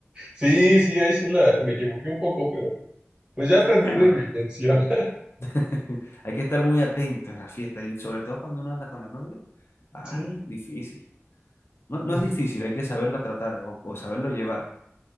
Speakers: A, on the right (about 20°); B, on the left (about 60°).
A: Sí, sí, ahí sí la, me equivoqué un poco, pero pues ya aprendí
B: Bueno,
A: de mi lección. <laughs>
B: <laughs> hay que estar muy atento en la fiesta y sobre todo cuando uno anda con la novia. Ah,
A: Sí,
B: difícil. No, no
A: ujú,
B: es difícil, hay que saberla tratar o, o saberlo llevar,